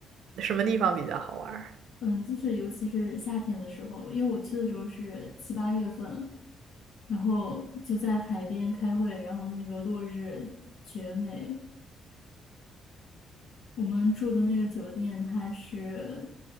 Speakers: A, on the right; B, on the left.
A: 什么地方比较好玩儿
B: 嗯，就是尤其是夏天的时候，因为我去的时候是七八月份，然后就在海边开会，然后那个落日绝美，我们住的那个酒店，它是